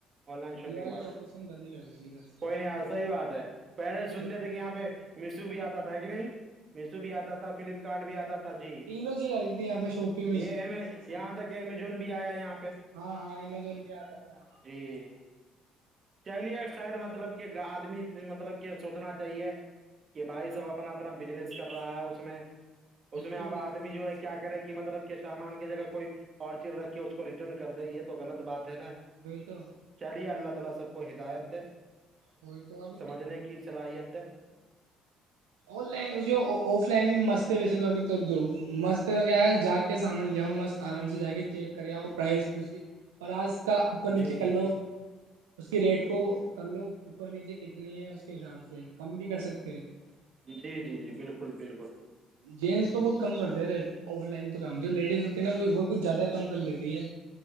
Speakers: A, on the right; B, on the right.
A: آن لائن
B: ہے
A: شاپنگ
B: یہ والی
A: والے
B: لوکیشن بند ہی کر رہی ہے ادھر
A: کوئی نہیں یار صحیح بات ہے پہلے
B: سے
A: سنتے تھے کہ یہاں پہ مشرو بھی آتا تھا کہ نہیں <unintelligible> میشو بھی آتا تھا فلپکارٹ بھی آتا تھا جی
B: تینوں چیز آتی تھی یہاں پہ شاپنگ
A: یہ
B: سب۔
A: میں یہاں تک کہ جو بھی آیا یہاں پہ
B: ہاں ہاں امیزون بھی آتا تھا یہاں پہ
A: جی <unintelligible> چلیے خیر مطلب کہ آدمی مطلب کہ سوچنا چاہیے کہ بھائی سب اپنا اپنا بزنس کر رہا ہے اس میں اس میں
B: تو
A: اب
B: وہی
A: آدمی جو ہے کیا کرے گ مطلب کہ سامان کی جگہ کوئی <unintelligible> اور چر رکھ کے اس کو ریٹرن کر دے یہ توغلط بات <unintelligible>
B: تو
A: <unintelligible> سب کو ہدایت دے <unintelligible>
B: وہی تو اب
A: سمجھنے کی صلاحیت د ہے
B: آ لائ جو <unintelligible> ل مستتے ویسے تو ابھی تو د مست کیا ہے جاگ <unintelligible> سامان لےؤ مست آرام سے جا کے چیک کر آؤ پرائز پوچھیے اور آج کا اوپر
A: جی
B: نیچے
A: جی
B: کر لو اس <unintelligible> اس کی ریٹ کو کر لو اوپر نیچے کتنی ہے اس کے حساب سے <unintelligible> کم بھی کر سکتے ہیں <unintelligible>
A: جی جی جی بالکل بالکل <unintelligible>
B: ینس تو بہت کم کرتے ہیں ریٹ آف لائن <unintelligible> م جو لیڈیز ہوتی ہیں ن وہ کچھ زیادہ کم <unintelligible> بلے بھی ہے <unintelligible>